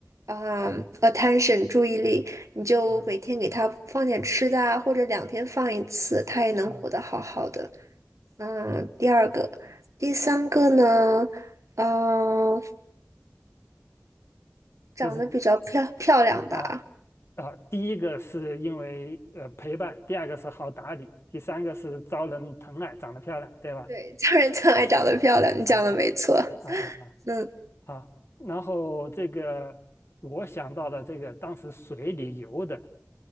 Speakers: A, on the right; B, on the left.
A: 啊，嗯 attention 注意力，你就每天给他放点吃的啊，
B: 嗯
A: 或者两天放一次，他也能活得好好的。
B: 嗯，
A: 嗯，第二个，第三个呢，嗯、长得比较漂漂亮吧，
B: 就是啊啊，第一个是因为呃陪伴，第二个是好打理，第三个是招人疼爱，长得漂亮，对吧？
A: 对，家人更爱长得漂亮，你讲的没错，
B: 啊啊啊啊啊！
A: 嗯
B: 啊啊，然后这个我想到了这个当时水里游的，